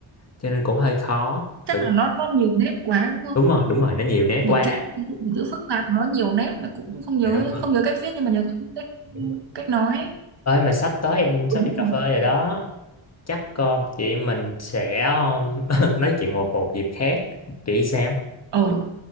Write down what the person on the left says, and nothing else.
cho nên cũng hơi khó phải
đúng rồi đúng rồi nó nhiều nét
quá
dạ đúng rồi
đúng rồi
ơi mà sắp tới em sắp
đi cà
phê rồi đó chắc ờ, chị em mình sẽ ờ, <laughs> nói chuyện một một dịp khác chị sao